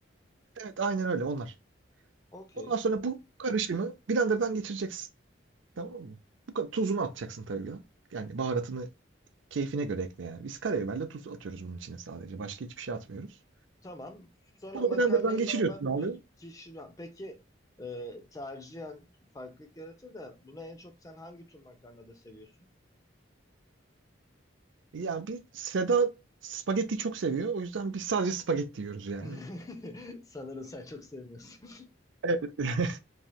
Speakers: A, on the right; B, on the left.
A: Evet aynen öyle onlar.
B: Okey.
A: Ondan sonra bu karışımı blenderdan geçireceksin. Tamam mı? Bu kadar tuzunu atacaksın tabii ya. Yani baharatını keyfine göre ekle yani. Biz karabiberle tuz atıyoruz bunun içine sadece. Başka hiçbir şey atmıyoruz.
B: Tamam. Sonra
A: Bunu
B: makarnayı
A: blenderdan geçiriyorsun
B: normal
A: abi.
B: piş- pişir. Peki e, tercihen farklılık yaratır da buna en çok sen hangi tür makarnada seviyorsun?
A: Yani bir Seda spagetti çok seviyor. O yüzden biz sadece spagetti yiyoruz yani.
B: <laughs> Sanırım sen çok sevmiyorsun.
A: Evet. <laughs>